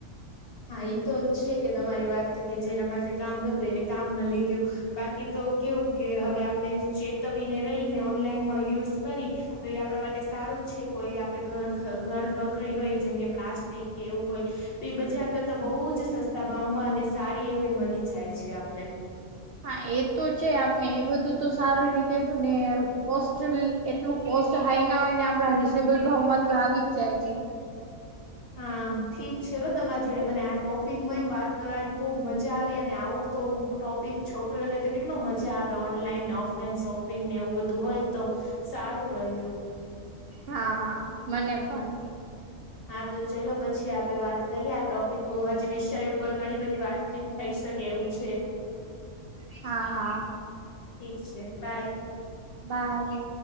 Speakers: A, on the left; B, on the right.
A: હા, એ તો છે કે, તમારી વાત કે જેના પાસે કામ હતું, એને કામમાં લઈ ગયું. બાકી તો કેવું કે, હવે આપણે ચેતવીને રહીને, ઓનલાઈન માં યુઝ કરી. તો એ આપણા માટે સારું જ છે, કોઈ આપણે ઘર ઘર વખરી હોય, જેમ કે પ્લાસ્ટિક કે એવું કોઈ તો એ બજાર કરતા બહુ જ સસ્તા ભાવમાં અને સારી એવી મલી જાય છે આપને
B: હા એ તો છે આપણે એ બધું તો સારી રીતે પણ કોસ્ટ એટલું કોસ્ટ હાઈ ના હોય ને આપણા રીઝનેબલ ભાવમાં તો આવી જ જાય છે.
A: હા ઠીક છેલો તમારા જોડે મને આ ટોપિકમાંને વાત કરવાની ખુબ મજા આવી અને આવું તો ટોપિક છોકરીઓને તો કેટલો મજા આવે ઓનલાઈન ને ઓફલાઈન શોપિંગ ને એવું બધું હોય તો સારું રહ્યું
B: હા હા મને પણ
A: હા તો ચલો પછી આપે વાત કરીએ આ ટોપિકો હજી વિષયો ઉપ ઘણી બધી વાતચીત થઈ શકે એવું છે.
B: હા હા
A: ઠીક છે બાય
B: બાય